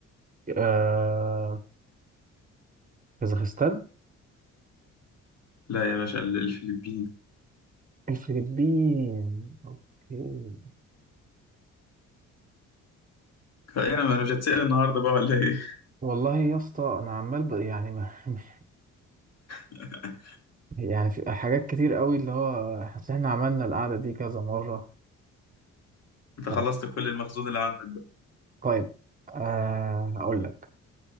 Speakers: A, on the right (about 25°); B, on the left (about 55°).
A: آه كازاخستان
B: لا يا باشا ال- الفلبين
A: الفلبين أوكي
B: ايه انا أنا مش هتسأل النهارده بقى ولا ايه
A: والله يا اسطى أنا عمال ب... يعني ما... <laughs>
B: <laughs>
A: يعني في حاجات كتير قوي اللي هو حاسس إن إحنا عملنا القعدة دي كذا مرة
B: انت
A: ف...
B: خلصت كل المخزون اللي عندك بقى
A: طيب آه هقول لك